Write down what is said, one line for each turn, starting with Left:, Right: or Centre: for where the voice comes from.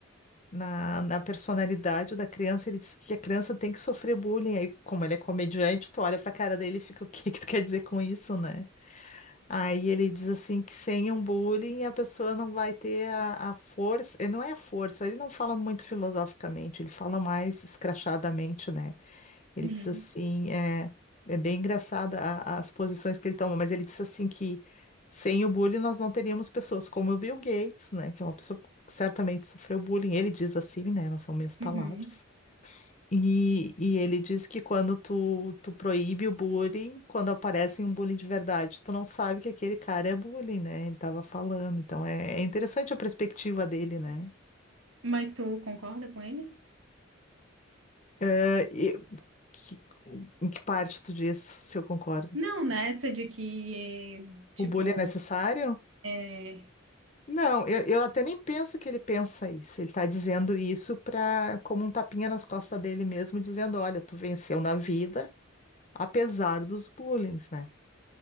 Left: na, na personalidade da criança. Ele diz que a criança tem que sofrer bullying. Aí, como ele é comediante, tu olha pra cara dele e fica, o que que tu quer dizer com isso, né? Aí ele diz assim que sem um bullying a pessoa não vai ter a, a força, eh, não é a força, ele não fala muito filosoficamente, ele fala mais escrachadamente, né? Ele
Right: uhum,
Left: diz assim, é, é bem engraçada a- as posições que ele toma, mas ele diz assim que sem o bullying nós não teríamos pessoas como o Bill Gates, né, que é uma pessoa que certamente sofreu bullying. Ele diz assim, né, não são minhas palavras.
Right: uhum.
Left: E, e ele diz que quando tu, tu proíbe o bullying, quando aparece um bullying de verdade, tu não sabe que aquele cara é bullying, né? Ele tava falando. Então é, é interessante a perspectiva dele, né?
Right: Mas tu concorda com ele?
Left: Eh, e que- em que parte tu diz se eu concordo?
Right: Não, nessa de que, tipo,
Left: O bullying é necessário?
Right: é...
Left: Não, eu, eu até nem penso que ele pensa isso. Ele está dizendo isso para como um tapinha nas costas dele mesmo, dizendo: olha, tu venceu na vida, apesar dos bullying, né?